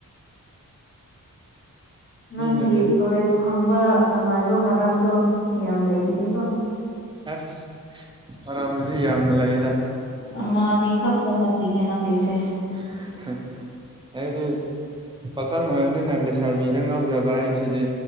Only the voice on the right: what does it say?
ꯃꯤꯅꯗꯤ
ꯎꯝ ꯑꯁ ꯃꯥꯔꯝꯕꯨꯗꯤ ꯌꯥꯝ ꯂꯩꯌꯦꯗ
<unintelligible> ꯍꯥꯏꯗꯤ ꯄꯥꯈꯪ ꯑꯣꯏꯕꯅꯤꯅ ꯂꯩꯁꯥꯕꯤꯗ ꯉꯥꯎꯖꯕ ꯍꯥꯏꯁꯤꯗꯤ